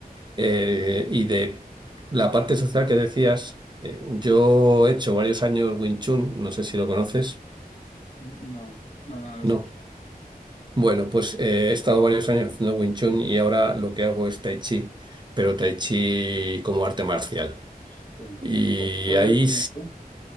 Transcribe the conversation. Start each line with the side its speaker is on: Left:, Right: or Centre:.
Right: Eh, y de la parte social que decías, eh, yo he hecho varios años Wing Chun, no sé si lo conoces.
Left: No, no, no lo he
Right: No.
Left: escuchado.
Right: Bueno, pues eh, he estado varios años haciendo Wing Chun y ahora lo que hago es Tai Chi, pero Tai Chi como arte marcial.
Left: Sí.
Right: Y
Left: ¿Cu- ¿Cuál
Right: ahí
Left: es la diferencia?